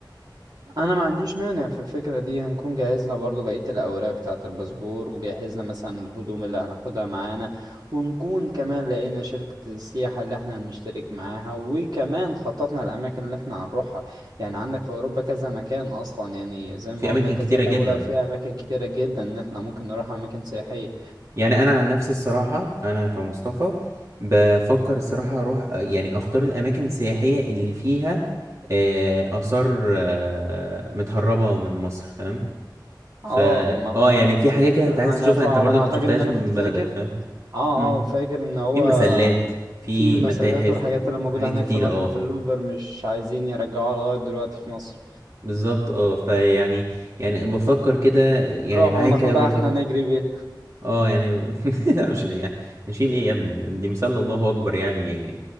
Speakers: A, on the right (about 60°); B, on the right (about 40°).
A: انا ما عنديش مانع في الفكرة دي هنكون جهزنا برضو بقية الاوراق بتاعة الباسبور وجهزنا مثلا الهدوم اللي هناخدها معانا ونكون كمان لقينا شركة السياحة اللي احنا هنشترك معاها وكمان خططنا الاماكن اللي احنا هنروحها يعني عندك في اوروبا كذا مكان اصلا يعني زي ما
B: في اماكن
A: قلنا كذا
B: كتيرة
A: دولة
B: جدا
A: فيها اماكن كتيرة جدا ان احنا ممكن نروح اماكن سياحية
B: يعني انا عن نفسي الصراحة انا كمصطفى بفكر الصراحة اروح آه، يعني اختار الاماكن السياحية اللي فيها آه، اثار آه، متهربة من مصر فاهم فا
A: اه ما ما-
B: اه يعني في حاجات كده انت عايز
A: انا
B: تشوفها
A: فا-
B: انت
A: على
B: برضك
A: ما اعتقد
B: ما شفتهاش
A: ان انا
B: من
A: كنت فاكر
B: بلدك فاهم
A: اه
B: مم.
A: اه فاكر ان هو
B: في مسلات في
A: في المسلات
B: متاحف
A: والحاجات
B: وحاجات
A: اللي موجودة هناك
B: كتيرة
A: في متحف
B: اه
A: اللوفر مش عايزين يرجعوها لغاية دلوقتي في مصر
B: بالظبط اه فيعني يعني بفكر كده يعني
A: نروح
B: معايا
A: وناخدها
B: كده برضك
A: احنا نجري بيها
B: اه يعني <laughs> لا مش ليه يعني نشيل ايه يا ابني دي مسلة الله اكبر يعني